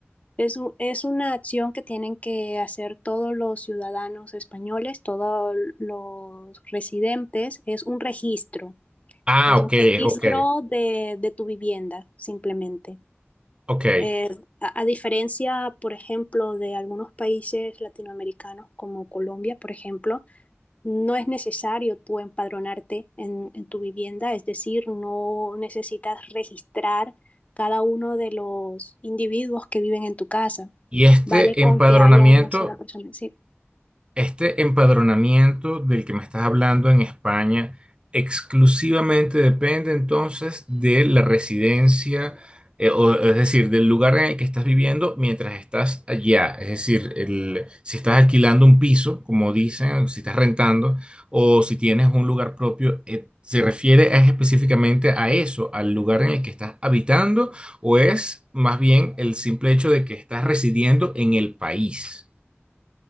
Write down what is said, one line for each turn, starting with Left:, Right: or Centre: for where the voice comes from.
Left: Es, u- es una acción que tienen que hacer todos los ciudadanos españoles, todos los residentes. Es un registro,
Right: Ah,
Left: es
Right: ok,
Left: un registro
Right: ok,
Left: de, de tu vivienda, simplemente.
Right: ok.
Left: Eh, a, a diferencia, por ejemplo, de algunos países latinoamericanos como Colombia, por ejemplo, no es necesario tú empadronarte en, en tu vivienda, es decir, no necesitas registrar cada uno de los individuos que viven en tu casa.
Right: Y este
Left: Vale con
Right: empadronamiento
Left: que haya una sola persona. Sí.
Right: Este empadronamiento del que me estás hablando en España exclusivamente depende entonces de la residencia, eh, o, es decir, del lugar en el que estás viviendo mientras estás allá. Es decir, el- si estás alquilando un piso, como dicen, si estás rentando, o si tienes un lugar propio, eh, ¿se refiere es específicamente a eso, al lugar en el que estás habitando, o es más bien el simple hecho de que estás residiendo en el país?